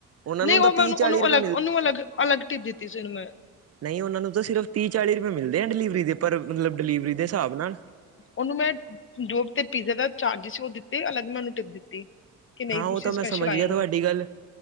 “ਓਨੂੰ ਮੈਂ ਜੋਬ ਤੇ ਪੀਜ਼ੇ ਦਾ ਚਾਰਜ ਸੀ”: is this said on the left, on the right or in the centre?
Left